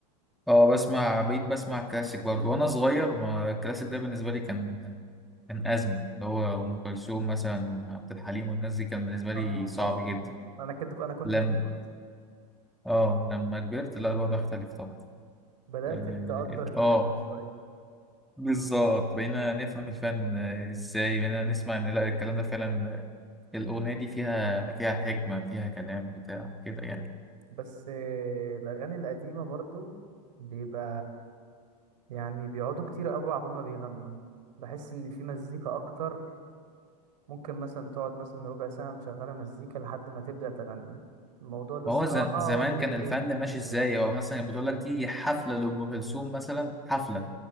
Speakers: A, in the centre; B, on the right.
A: آه، بسمع بقيت بسمع كلاسيك برضه وأنا صغير ما الكلاسيك ده بالنسبة لي كان كان أزمة اللي هو أم كلثوم مثلا وعبد الحليم والناس دي كان بالنسبة
B: آه
A: لي صعب جدا
B: انا كده انا كنت
A: لم
B: كده برضه
A: اه لما كبرت لا الوضع اختلف طبعا
B: بدأت
A: اه
B: تقدر الفن
A: آه،
B: شوية
A: بالظبط بقينا نفهم الفن آه، ازاي بقينا نسمع ان لا الكلام ده فعلا آه، الاغنيه دي فيها فيها حكمه فيها كلام بتاع كده يعني
B: بس آه، الاغاني القديمة برضو بيبقى يعني بيقعدوا كتير قوي عبال ما بيغنوا بحس ان في مزيكا اكتر ممكن مثلا تقعد مثلا ربع ساعة مشغلة مزيكا لحد ما تبدأ تغني الموضوع ده
A: ما
B: الصراحة
A: هو ز- زمان
B: هو اللي بيضايقني
A: كان الفن
B: في
A: ماشي
B: ال-
A: ازاي هو مثلا بتقول لك دي حفله لام كلثوم مثلا حفله